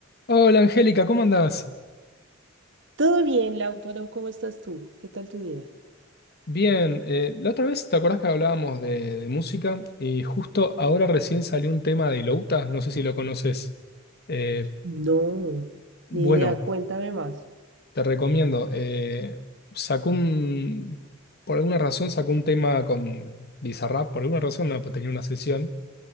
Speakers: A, on the left (about 50°); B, on the right (about 65°).
A: Hola Angélica, ¿cómo andás?
B: Todo bien, Lautaro, ¿cómo estás tú? ¿Qué tal tu día?
A: Bien, eh, la otra vez te acordás que hablábamos de, de música y justo ahora recién salió un tema de Louta, no sé si lo conoces. Eh,
B: No,
A: bueno,
B: ni idea, cuéntame más.
A: te recomiendo. eh, sacó un, por alguna razón sacó un tema con Bizarrap, por alguna razón no, pues tenía una sesión,